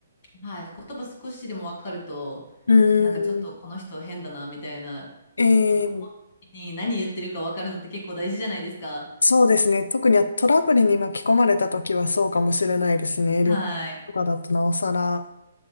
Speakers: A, on the left; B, on the left.
A: はい、言葉少しでも分かると、
B: う
A: なんかちょっとこの人変だなみたいな
B: ん、ええ
A: とか思った時に何言ってるか分かるのって結構大事じゃないですか。
B: そうですね。特にトラブルに巻き込まれた時はそうかもしれないですね。旅行とかだとなおさら。
A: はい。